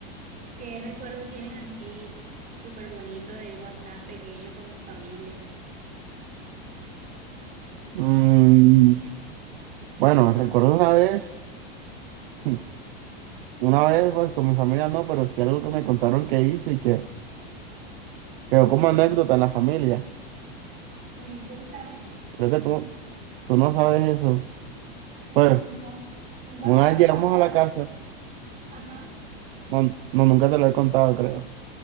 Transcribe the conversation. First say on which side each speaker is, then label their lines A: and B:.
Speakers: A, on the right; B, on the right.
A: ¿Qué recuerdo tienes así súper bonito de cuando estabas pequeño con tu familia?
B: Mm, bueno, recuerdo una vez, <laughs> una vez, pues con mi familia no, pero sí algo que me contaron que hice y que quedó como anécdota en la familia.
A: Sí, cuéntame.
B: Creo que tú, tú no sabes eso. Pues,
A: Nunca, nunca
B: una
A: me lo
B: vez
A: has
B: llegamos
A: contado.
B: a la casa,
A: Ajá.
B: no, no, nunca te lo he contado, creo.